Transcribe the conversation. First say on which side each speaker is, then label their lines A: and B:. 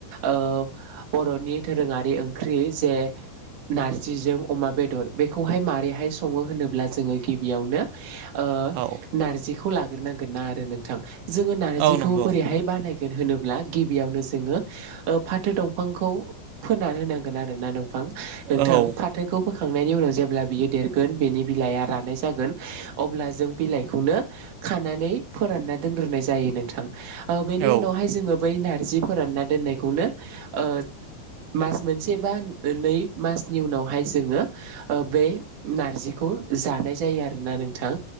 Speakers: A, on the right; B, on the right.
A: ओ बर'नि दोरोङारि ओंख्रि जे नारजिजों अमा बेदर बेखौहाय माबोरैहाय सङो होनोब्ला जोङो गिबियावनो ओ
B: औ
A: नारजिखौ लाग्रोनांगोन ना आरो नोंथां जोङो नारजिखौ
B: औ नंगौ
A: बोरैहाय बानायगोन होनो ब्ला गिबियावनो जोङो फाथो दंफांखौ फोना होनांगोन आरोना दंफां नोंथां
B: औ औ
A: फाथोखौबो खांनायनि उनाव जेब्ला बियो देरगोन बेनि बिलाइआ रानाय जागोन अब्ला जों बिलाइखौनो खानानै फोरानना दोनग्रोनाय जायो नोंथां बेनि
B: औ
A: उनावहाय जोङो बै नारजि फोरानना दोननायखौनो ओ मा मोनसे बा नै मनि उनावहाय जोङो बे नारजिखौ जा मोननाय जायो आरोना नोंथां